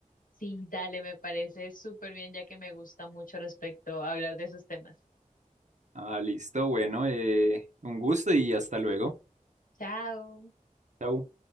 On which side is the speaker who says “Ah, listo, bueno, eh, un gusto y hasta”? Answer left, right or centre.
Right